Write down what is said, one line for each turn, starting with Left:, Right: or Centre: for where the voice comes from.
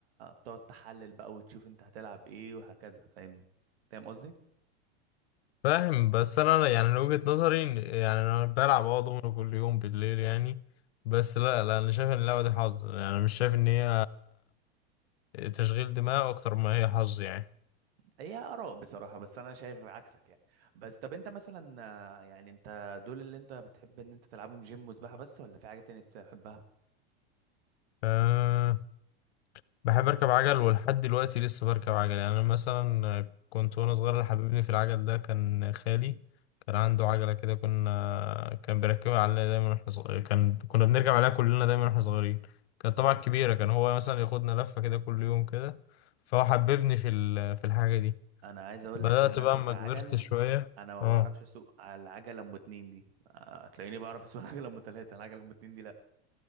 Right: بتقعد تحلل بقى وتشوف انت هتلعب ايه وهكذا فاهم فاهم قصدي
Left: فاهم بس انا يعني من وجهه نظري إن- يعني انا بلعب اه دومينو كل يوم بالليل يعني بس لا لا انا شايف ان اللعبه دي حظ يعني انا مش شايف ان هي تشغيل دماغ اكتر ما هي حظ يعني
Right: هي آراء بصراحة بس أنا شايف عكسك يعني بس طب أنت مثلا آه، يعني أنت دول اللي أنت بتحب إن أنت تلعبهم جيم وسباحة بس ولا في حاجة تانية بتحبها؟
Left: آه، بحب اركب عجل ولحد دلوقتي لسه بركب عجل يعني انا مثلا كنت وانا صغير اللي حببني في العجل ده كان خالي كان عنده عجله كده كنا كان بيركبها علينا دايما واحنا صغيرين كان كنا بنركب عليها كلنا دايما واحنا صغيرين كانت
Right: آه،
Left: طبعا كبيره كان هو مثلا ياخدنا لفه كده كل يوم كده فهو حببني في ال- في الحاجه دي
Right: أنا عايز أقول
Left: بدات
Right: لك إن أنا
Left: بقى اما
Right: كعجل
Left: كبرت شويه
Right: أنا ما
Left: اه
Right: بعرفش أسوق على العجلة أم اتنين دي آه، هتلاقيني بعرف أسوق <laughs> العجلة أم تلاتة العجلة أم اتنين دي لأ